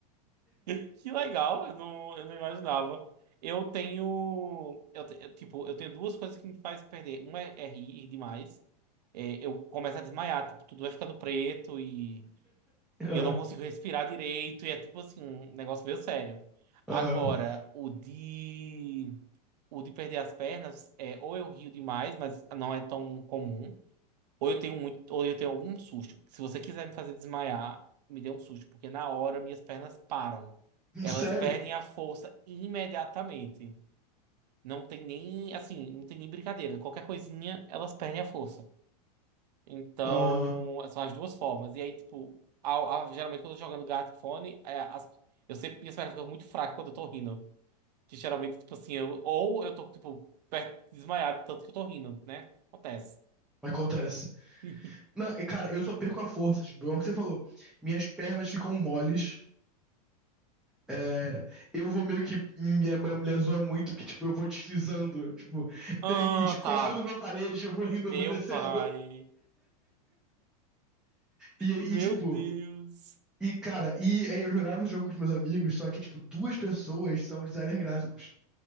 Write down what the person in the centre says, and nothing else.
Aham.
<laughs>
Aham. Uhum.
Uhum.
Sério?
Aham. Uhum.
Acontece.
Não, e, cara, eu só perco a força, tipo, é que você falou. Minhas pernas ficam moles. é, eu vou meio que. Minha mãe me zoa muito que, tipo, eu vou deslizando. Tipo,
eu e de coro
numa parede, eu vou rindo,
eu vou descendo.
E aí,
tipo.
E, cara, e aí eu jogava o jogo com os meus amigos, só que, tipo, duas pessoas são designers gráficos.